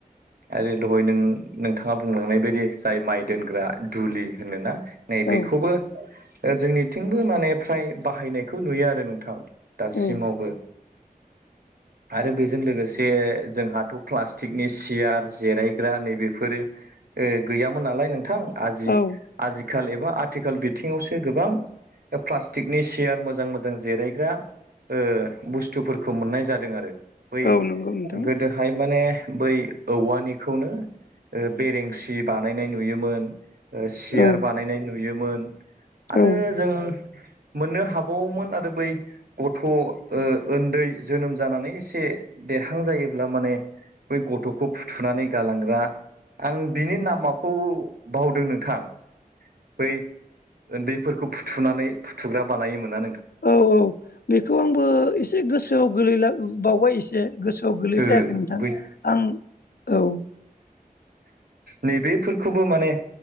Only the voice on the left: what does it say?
औ
औ
औ
औ नंगौ नोंथां
औ
औ
औ औ बेखौ आंबो एसे गोसोआव गोलैला बावबाय एसे। गोसोआव गोलैफैयाखै
नोंथां
आं औ।